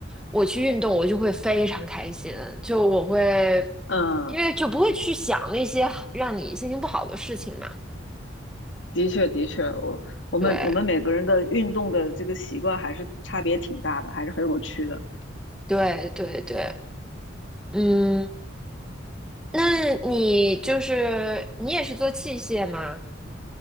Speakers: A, in the centre; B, on the left.
A: 我去运动，我就会非常开心，就我会，
B: 嗯，
A: 因为就不会去想那些让你心情不好的事情嘛。
B: 的确的确，我我们我们每个人的运动的这个习惯还是差别挺大的，
A: 对，
B: 还是很有趣的。
A: 对对对，嗯，那你就是你也是做器械吗？